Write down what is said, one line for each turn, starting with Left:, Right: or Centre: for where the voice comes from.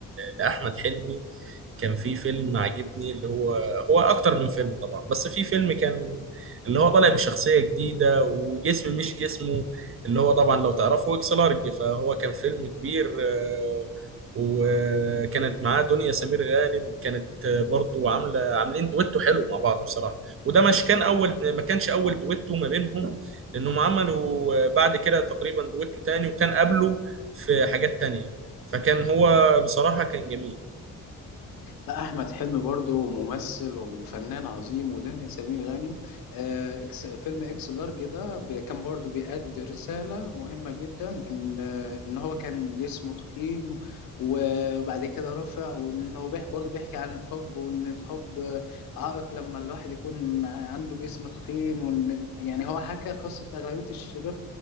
Right: لاحمد حلمي كان في فيلم عاجبني اللي هو هو اكتر من فيلم طبعا بس في فيلم كان اللي هو طالع بشخصية جديدة وجسم مش جسمه اللي هو طبعا لو تعرفه اكس لارج فهو كان فيلم كبير آه، وكانت معاه دنيا سمير غانم كانت برضو عاملة عاملين دويتو حلو مع بعض بصراحة وده مش كان اول ما كانش اول دويتو ما بينهم لانهم عملوا آه، بعد كده تقريبا دويتو تاني وكان قبله في حاجات تانية فكان هو بصراحة كان جميل
Left: لا احمد حلمي برضه ممثل وفنان عظيم ودنيا سمير غانم آه اكس فيلم اكس لارج ده ب- كان برضه بيأدي رساله مهمه جدا ان آه، ان هو كان جسمه تخين وبعد كده رفع وان هو بيح- برضه بيحكي عن الحب وان الحب آه، عائق لما الواحد يكون عنده جسم تخين وان يعني هو حكى قصه اغلبيه الشباب